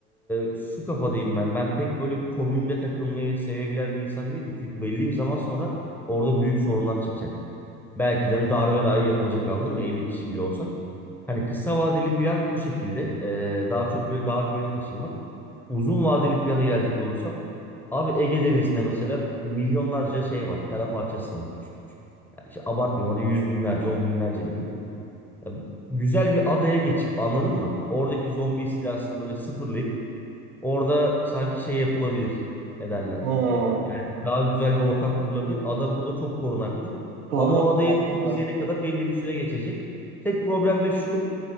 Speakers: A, in the centre; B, on the right.
A: e, şu kafadayım ben. Ben pek böyle komünde takılmayı sevebilen bir insan değilim. Çünkü belli bir zaman sonra orada büyük sorunlar çıkacak. Belki de hani darbe dahi yapılacak anladın mı? 50 kişi bile olsa. Hani kısa vadeli plan bu şekilde. Ee, daha çok böyle dağ köyüne taşınmak. Uzun vadeli plana gelecek olursam abi Ege Denizi'nde mesela milyonlarca şey var. Kara parçası var küçük küçük. Yani işte abartmayayım hadi yüz binlerce, on binlerce diyeyim. Ya güzel bir adaya geçip anladın mı? Oradaki zombi istilasını böyle sıfırlayıp orada sanki şey yapılabilir. Ne derler?
B: Hmm,
A: Yani daha güzel bir ortam kurulabilir. Ada burada çok korunaklı.
B: doğru
A: Ama o adayı
B: mantıklı.
A: temizleyene kadar belli bir süre geçecek. Tek problem de şu.